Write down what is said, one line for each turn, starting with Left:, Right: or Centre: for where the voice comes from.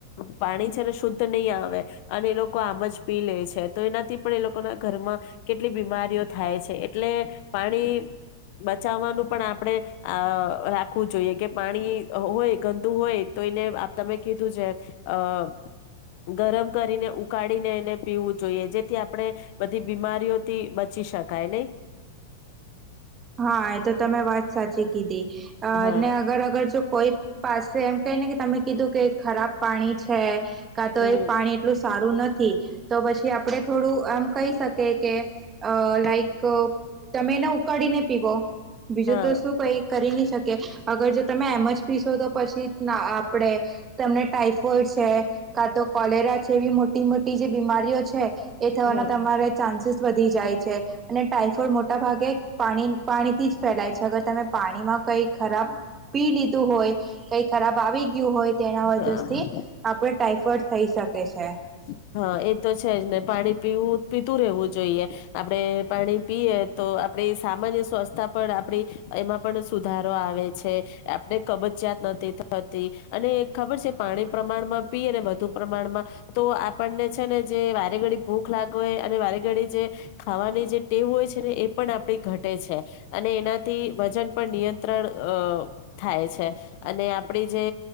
Left: પાણી છે ને શુદ્ધ નહીં આવે અને લોકો આમ જ પી લે છે તો એનાથી પણ એ લોકોના ઘરમાં કેટલી બીમારીઓ થાય છે એટલે પાણી બચાવવાનું પણ આપણે આ રાખવું જોઈએ કે પાણી હોય ગંદુ હોય તો એને તમે કીધું છે અ ગરમ કરીને ઉકાળીને એને પીવું જોઈએ જેથી આપણે બધી બીમારીઓથી બચ શી શા કઈ નહી
Right: હા એ તો તમે વાત સાચી કીધી અને
Left: હા
Right: અગર અગર જો કોઈ પાસે એમ કઈ ને કે તમે કીધું કે ખરાબ પાણી છે. કા તો
Left: હમ
Right: એ પાણી એટલું સારું નથી તો પછી આપણે થોડું આમ કહી શકી કે લાઈક તમેને ઉકાળને પીવો બીજું
Left: હા
Right: તો શું કઈ કરી નહી શકે અગર જો તમે એમ જ પીશો તો પછી ના આપણેે તમને ટાઈ ડ છે કા તો કોલેરા છે એવી મોટી મોટી જે બીમારીઓ છે. એ થવાના
Left: હ
Right: તમારે ચાન્સીસ વધી જાય છે અને ટાઈફોઇડ મોટા ભાગે પાણી પાણી થી જ ફેલાય છે અગર તમે પાણીમાં કઈ ખરાબ પી લીધું હોય કઈ ખરાબ વાવી ગયું હોય તેના વજથી
Left: હ
Right: આપડ ટાઈફોઈડ થઈ શકે છે
Left: હ હા એ તો છે જ ને પાણી પીવું પીતું રહેવું જોઈએ આપડે પાણી પીએ તો આપ સામાન્ય સ્વસ્થતા પર આપડી એમાં પણ સુધારો આવે છે આપણે કબજયાત અને ખબર છે પાણી પ્રમાણમાં પી અને વધુ પ્રમાણમાં તો આપણને છે ને જે વારે ઘડી ભૂખ લાગ હોય અને વારે ઘડી જે ખાવાની જે ટેવ હોય એ પણ આપડી ઘટે છે અને એનાથી વજન પર નિયંત્રણ અ થાય છે અને આપણી જે